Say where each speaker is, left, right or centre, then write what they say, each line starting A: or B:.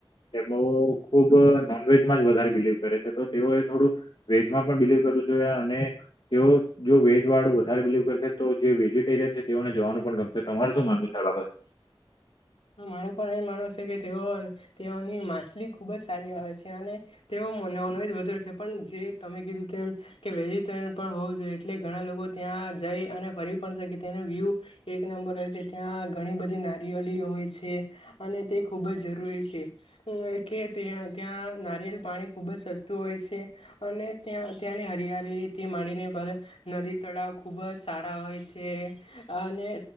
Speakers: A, on the left; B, on the left.
A: તેઓ ખૂબ નોનવેજમાં જ વધારે બિલિવ કરે છે તો તેઓએ થોડું, વેજમાં પણ બિલીવ કરવું જોઈએ અને, તેઓ જો વેજ વાળું વધારે બિલીવ કરશે તો જે વેજીિટેરિયન છે તેઓને જવાનું પણ ગમશે. તમાર શું માનવું છે આ બાબતે?
B: હ મારું પણ એ માનવુ છે કે તેઓ તેઓની માછલી ખુબ જ સારી આવે છે. અને તેઓ નોન વેજ વધારે ખાય પણ જે તમે કીધું તેમ વેજીરયન પણ હોવું જોઈએ એટલે ઘણા લોકો ત્યાં ત્યા જઈ અને ફરી પણ કે તેનો વ્યુ એક નંબર હોય છે. ત્યાં ઘણી બધી નારિયલી હોય છે અને તે ખુબ જ જરૂરી છે. કે ત્યાં નારિયેલ પાણી ખૂબ જ સસ્તું હોય છે. અને ત્યાં ત્યાંની હરી ત્યારે તે માંડીને નદી તળાવ ખૂબ જ સારા હોય છે અને